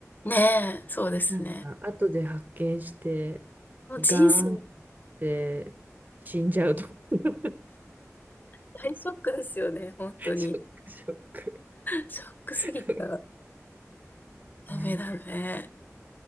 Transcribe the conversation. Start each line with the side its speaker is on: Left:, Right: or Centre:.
Left: ねえ、そうですね。
Right: なんか、後で発見して、
Left: もう人生
Right: ガーンって死んじゃうと。<laughs>
Left: 大ショックですよね、本当に。
Right: ショック、ショック。
Left: ショックすぎた。
Right: <laughs>
Left: ダメダメ。
Right: ね、